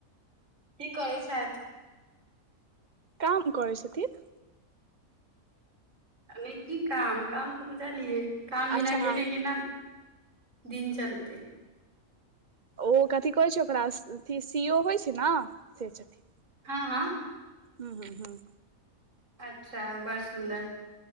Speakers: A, on the right; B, on the right.
A: की करै छैथ।
B: काम करै छथिन।
A: नय की काम काम त बुझलियए काम बिना
B: अच्छा
A: केने केना दिन, तैलतै।
B: ओ कथी कहै छै ओकरा सी ओ होए छै ना से छथिन।
A: हां-हां।
B: हूं-हूं-हूं।
A: अच्छा बड़ सुन्दर